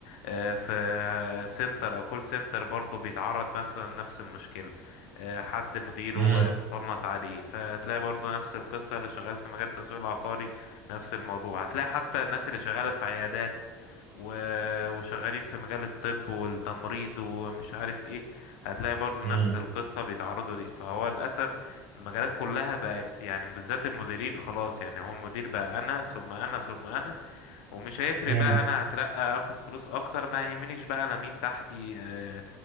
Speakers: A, on the left; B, on the right.
A: آه، في آه، سنتر أو كول سنتر برضه بيتعرض مثلا لنفس المشكلة آه، حد مديره
B: مم.
A: آه، صنط عليه فتلاقي برضه نفس القصة اللي شغال في مجال التسويق العقاري نفس الموضوع هتلاقي حتى الناس اللي شغالة في عيادات و- وشغالين في مجال الطب والتمريض ومش عارف ايه هتلاقي برضو
B: مم.
A: نفس القصة بيتعرضوا ليه فهو للأسف المجالات كلها بقت يعني بالذات المديرين خلاص يعني هو المدير بقى أنا ثم أنا ثم أنا ومش هيفرق
B: مم.
A: بقى أنا هترقى أخد فلوس أكتر ما يهمنيش بقى أنا مين تحتي آه